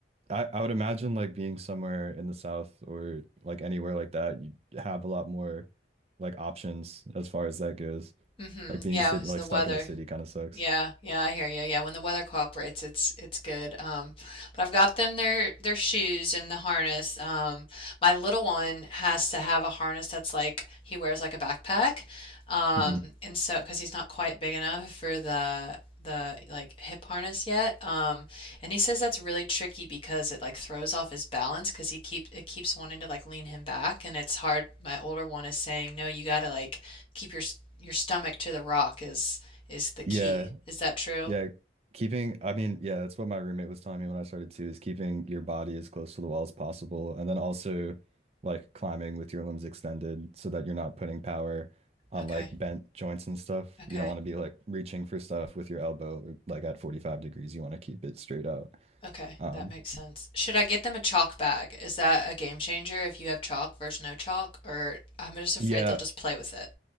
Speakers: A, on the right; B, on the left.
A: I, I would imagine like being somewhere in the South or like anywhere like that, you have a lot more like options as far as that goes.
B: yeah. hmm
A: Like being
B: Yeah,
A: city
B: it was
A: like
B: the
A: stuck
B: weather.
A: in a city kind of sucks.
B: Yeah, yeah, I hear you. Yeah, when the weather cooperates, it's it's good. Um, but I've got them their their shoes and the harness. Um, my little one has to have a harness that's like he wears like a backpack. Um,
A: hmm
B: and so because he's not quite big enough for the the like hip harness yet. Um, and he says that's really tricky because it like throws off his balance because he keep it keeps wanting to like lean him back and it's hard. My older one is saying, "No, you gotta like keep your s- your stomach to the rock is is the key.
A: Yeah.
B: Is that true?
A: Yeah. Keeping, I mean, yeah, that's what my roommate was telling me when I started too, is keeping your body as close to the wall as possible. And then also like climbing with your limbs extended so that you're not putting power on
B: Okay.
A: like bent joints and stuff.
B: Okay.
A: You don't want to be like reaching for stuff with your elbow like at 45 degrees. You want to keep it straight out.
B: Okay.
A: Um,
B: That makes sense. Should I get them a chalk bag? Is that a game changer if you have chalk versus no chalk? Or I'm just afraid
A: Yeah,
B: they'll just play with it.